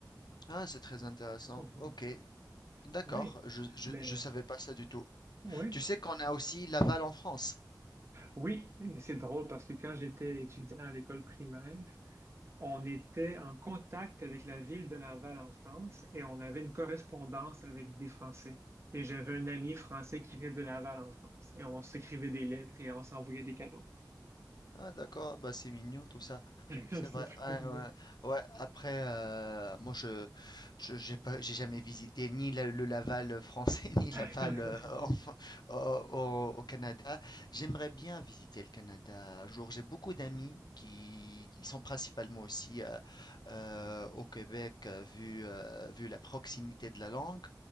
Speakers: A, on the left; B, on the right.
A: Ah, c'est très intéressant.
B: <laughs>
A: Ok, d'accord.
B: Oui,
A: Je, je,
B: mais
A: je savais pas ça du tout.
B: oui,
A: Tu sais qu'on a aussi Laval en France.
B: oui, et c'est drôle parce que quand j'étais étudiant à l'école primaire, on était en contact avec la ville de Laval en France et on avait une correspondance avec des Français. Et j'avais un ami français qui venait de Laval en France. Et on s'écrivait des lettres et on s'envoyait des cadeaux.
A: Ah d'accord, ah bah c'est mignon tout ça.
B: <laughs> C'était
A: C'est vrai.
B: très
A: Ouais,
B: mignon.
A: ouais. Ouais, après euh, moi je je j'ai pas j'ai jamais visité ni la- le Laval français <laughs> ni
B: <laughs>
A: Laval euh, en- au, au- au Canada. J'aimerais bien visiter le Canada un jour. J'ai beaucoup d'amis qui ils sont principalement aussi euh, euh, au Québec euh, vu euh, vu la proximité de la langue